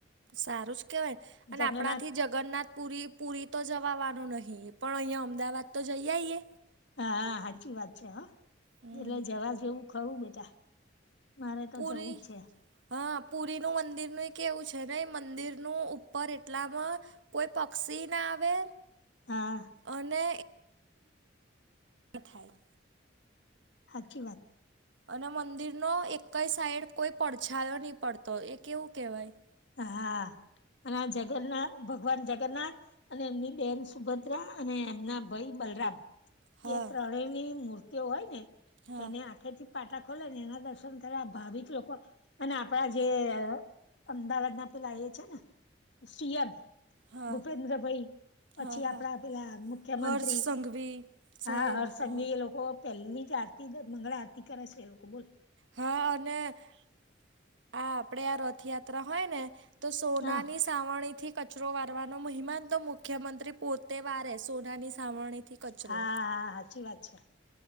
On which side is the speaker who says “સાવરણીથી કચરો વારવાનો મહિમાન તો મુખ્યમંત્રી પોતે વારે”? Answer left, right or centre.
Right